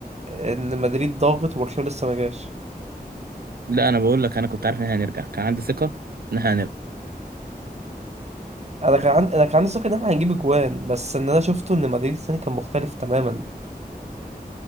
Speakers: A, on the right (about 45°); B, on the right (about 70°).
A: ان مدريد ضاغط وبرشلونة لسه ما جاش
B: لا انا بقول لك انا كنت عارف ان احنا هنرجع كان عندي ثقه ان احنا
A: انا
B: هنرجع
A: كان عندي انا كان عندي ثقة ان احنا هنجيب اجوان بس ان انا شفته ان مدريد الثاني كان مختلف تماما